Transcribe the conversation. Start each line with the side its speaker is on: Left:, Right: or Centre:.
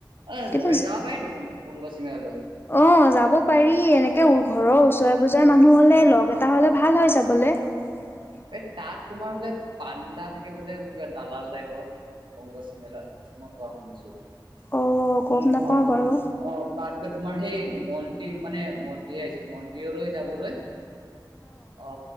Right: অ,
Left: কিন্তু
Right: হৰি যাব পায়ে দেখোন অম্বুবাচী মেলালৈ।
Left: অ, যাব পাৰি এনেকে ঘৰৰ ওচৰে পাজৰে মানুহ হলে লগ এটা হলে ভাল হয় যাবলে। হয়, <inaudible>
Right: এই তাত তোমাৰ বোলে পাণ্ডা থাকে বোলে কিবা দালাল টাইপৰ। কংগ্ৰছ মেলাত মই কোৱা শুনিছো।
Left: অ'
Right: তুমি
Left: গম নাপাওঁ
Right: অ' তুমি
Left: বাৰু
Right: অ' তাত বোলে তোমাৰ সেই মন্ত্ৰী মানে মন্ত্ৰী <unintelligible> আহিছে মন্দিৰলৈ যাবলৈ অ